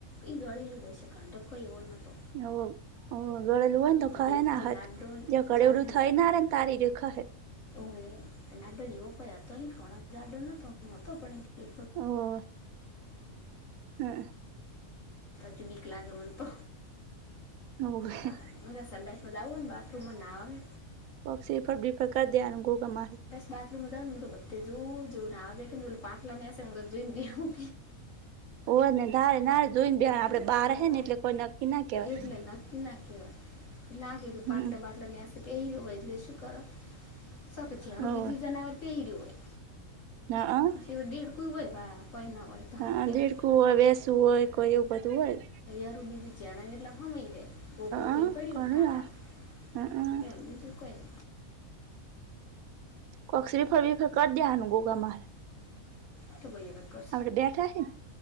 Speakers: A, on the left; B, on the right.
A: એ ગાલું દશે કંઠકોઈવો ન તો
B: હ ગળેલું હોય ને તો ખ
A: દેખાય
B: ના હાથ
A: જાડો
B: જે ગળેવલું
A: જાડો
B: થઈ ના ર તારી રે ખએ
A: ઓ એ તો ડો જેવો પ હ હતો ખણ દાડો ન તો મ હતો પણડ <unintelligible> <unintelligible>
B: હોવ હઅ
A: હજુ બીક લાગે મન તો.
B: હોવે
A: તાર મ સનરાઈઝ માં આવું ને બાથરૂમ માં ના આવે
B: બક્સફટ બીફટકા ધ્યાન ગો ગ માર
A: બાથરૂમમાં જઉાવ ને હું બધે જોવ જોઉ નેેને પાટલા નેસે હું જોઈ ને બેશું.
B: હો ને ધારે નારે જોઈ ને બે આપડે
A: એ
B: બાર
A: હા
B: હ ને એટલે કોઈ ના કેવાય
A: એટલે નકી ના કેવા <inaudible> લાગે તું
B: હમ
A: બાટલા બાટલા ને પહેર્યો હોય એટલે શું કરો શકે છે એણ
B: હોવે
A: બીજું જનાવર પહેર્યું હોય.
B: હન
A: છેવટે દેડક્યું હોય કાઈ ના હોય તો.
B: હ દેડકું
A: એમ
B: હોય વેસુ હોય એવું બધું હોય.
A: એરૂ બીજું જરાય એટલા માં હમાય રે. પોકડું
B: અ
A: થને પડી
B: ઘણું
A: ગું ટાટામાં
B: હમ
A: એમ બીજું કોઈને
B: કોક શ્રીફળ બ્રિફળ કરી દેવાનું ગોગા મહા
A: હતુ ભઇ આવે કરસુ
B: આપડ બેઠા છેને